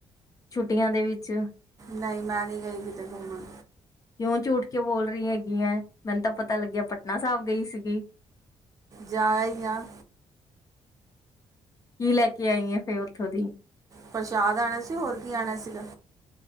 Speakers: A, on the left (about 30°); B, on the right (about 30°).
A: ਛੁੱਟੀਆਂ ਦੇ ਵਿੱਚ।
B: ਨਈ, ਮੈਂ ਨਹੀਂ, ਗਈ ਕਿਤੇ ਘੁੰਮਣ।
A: ਕਿਉਂ ਝੂਠ ਕਿਉਂ ਬੋਲ ਰਹੀ ਹੈਗੀ ਹੈ। ਮੈਨੂੰ ਤਾਂ ਪਤਾ ਲੱਗਿਆ ਪਟਨਾ ਸਾਹਿਬ ਗਈ ਸੀਗੀ।
B: ਜਾ ਆਈ ਆ।
A: ਕੀ ਲੈ ਕੇ ਆਈ ਆ ਫਿਰ ਉੱਥੋਂ ਦੀ?
B: ਪ੍ਰਸ਼ਾਦ ਆਉਣਾ ਸੀ ਹੋਰ ਕੀ ਆਉਣਾ ਸੀਗਾ।